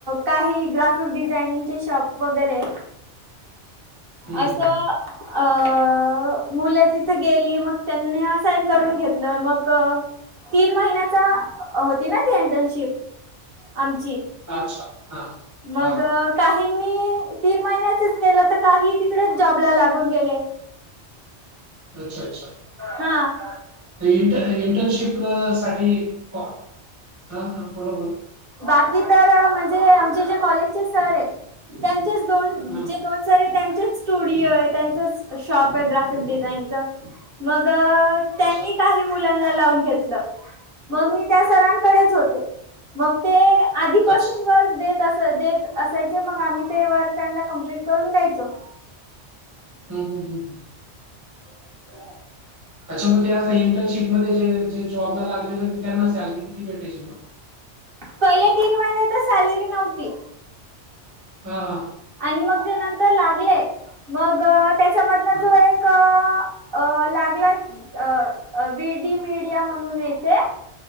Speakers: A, on the right (about 50°); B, on the right (about 15°).
A: काही ग्राफिक डिझाईनचे शॉप वगैरे.
B: हम्म,
A: असं
B: हम्म, हम्म.
A: अ- मुलं तिथे गेली. मग त्यांनी असाईन करून घेतलं मग- तीन महिन्याचा, होती ना ती इंटर्नशिप? आमची.
B: अच्छा. हा.
A: मग
B: हा हा.
A: काहींनी तीन महिन्याचच केलं. तर काही तिकडेच जॉबला लागून गेले.
B: अच्छा अच्छा.
A: हां.
B: इंट इंटर्नशिप साठी कॉ- हा. बोला बोला.
A: बाकी तर म्हणजे आमचे जे कॉलेजचे सर आहे त्यांचेच दोन
B: हा हा.
A: जे दोन सर त्यांच्याच स्टुडिओ आहे. त्यांचच शॉप आहे ग्राफिक डिझाइनच. मग- त्यांनी
B: अच्छा
A: काही मुलांना लावून घेतलं. मग मी त्या सरांकडेच होते. मग ते आधीपासून
B: अच्छा
A: वर्क देत- तस देत असायचे. मग आम्ही ते वर्क त्यांना कम्प्लीट करून द्यायचो.
B: हम हम हम.
A: <unintelligible>
B: अच्छा. म त्या इंटर्नशिपमध्ये जे जे जॉबला लागलेले त्यांना सॅलरी किती भेटायची मग?
A: पहिले तीन महिने तर सॅलरी नव्हती.
B: हा हा.
A: आणि मग जे नंतर लागले. मग त्याच्यामधनं
B: हां,
A: जो एक- अ लागला. अ -बी डी मीडिया म्हणूनए इथे-